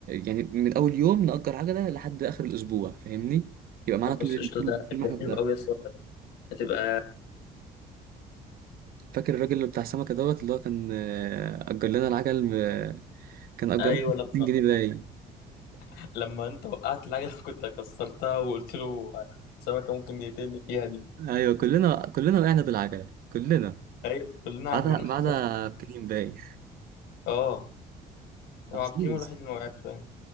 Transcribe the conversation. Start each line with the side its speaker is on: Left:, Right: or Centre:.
Right: يعني من اول يوم نأجر عجلة لحد اخر الاسبوع فاهمني يبقى معانا
Left: خلاص
Right: طول
Left: قشطة
Right: طول
Left: ده
Right: طول ما
Left: ده
Right: احنا في
Left: حلو
Right: دهب
Left: أوي يا اسطى هتبقى
Right: فاكر الراجل اللي بتاع السمكة دوت اللي هو كان آه، أجر لنا العجل كان اجرنا
Left: أيوة لما
Right: 200 جنيه باين
Left: <laughs> لما أنت وقعت العجلة <laughs> كنت كسرتها وقلت له سمكة ممكن يقتلني فيها دي
Right: ايوه كلنا كلنا وقعنا بالعجله كلنا
Left: أيوة كلنا
Right: ما عدا
Left: كلنا
Right: ما
Left: حرفيا
Right: عدا بكريم باين
Left: اه هو
Right: محظوظ
Left: عبد الكريم هو الوحيد اللي ما وقعش فعلا.